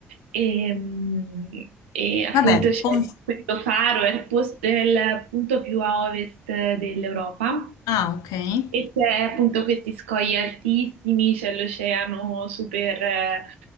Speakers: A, on the right; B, on the left.
A: e, mh, e appunto
B: Vabbè,
A: c'è
B: con-
A: questo faro, è il posto- è il punto più a ovest dell'Europa
B: ah, ok, <laughs>
A: e c'è appunto questi scogli altissimi, c'è l'oceano super eh,